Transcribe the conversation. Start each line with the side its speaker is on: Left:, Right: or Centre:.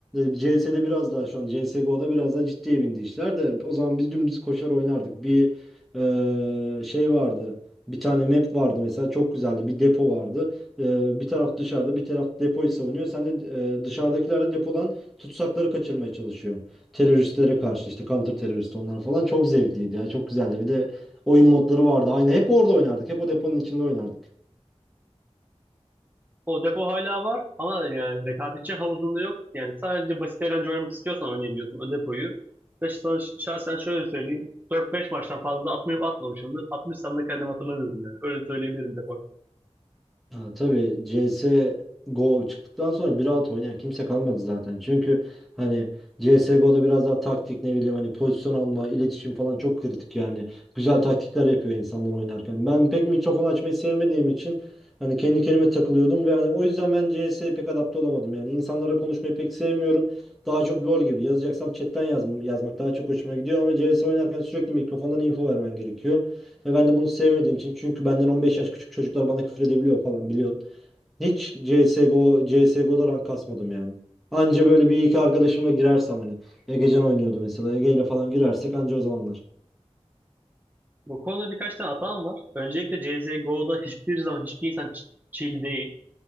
Centre: CS'de biraz daha şu an CSGO'da biraz daha ciddiye bindi işler de o zaman biz dümdüz koşar oynardık. Bir eee, şey vardı. Bir tane map vardı mesela çok güzeldi. Bir depo vardı. Eee, bir taraf dışarıda bir taraf depoyu savunuyor. Sen de eee, dışarıdakiler de depodan tutsakları kaçırmaya çalışıyor teröristlere karşı işte counter terörist onlar falan çok zevkliydi ya çok güzeldi. Bir de oyun modları vardı. Aynı hep orada oynardık. Hep o deponun içinde oynardık.
Right: O depo hala var ama yani rekabetçi havuzunda yok. Yani sadece basit eğlence oynamak istiyorsan oynayabiliyorsun o depoyu. Ve sana ş- şahsen şöyle söyleyeyim. 4-5 maçtan fazla atmayıp atmamışımdır. Atmışsam da kendimi hatırlamıyorum yani. Öyle söyleyebilirim depo.
Centre: Ha, tabii CS Go çıktıktan sonra bir alt oynayan kimse kalmadı zaten. Çünkü hani CSGO'da biraz daha taktik ne bileyim hani pozisyon alma, iletişim falan çok kritik yani. Güzel taktikler yapıyor insanlar oynarken. Ben pek mikrofon açmayı sevmediğim için hani kendi kendime takılıyordum ve hani o yüzden ben CS'ye pek adapte olamadım. Yani insanlarla konuşmayı pek sevmiyorum. Daha çok LoL gibi yazacaksam chatten yaz yazmak daha çok hoşuma gidiyor ama CS oynarken sürekli mikrofondan info vermen gerekiyor. Ve ben de bunu sevmediğim için çünkü benden 15 yaş küçük çocuklar bana küfür edebiliyor falan biliyorsun. Hiç CSGO, CSGO'da rank kasmadım yani. Anca böyle bir iki arkadaşımla girersem hani. Egecan oynuyordu mesela. Ege ile falan girersek anca o zamanlar.
Right: Bu konuda birkaç tane hatam var. Öncelikle CSGO'da hiçbir zaman hiçbir insan ç- chill değil.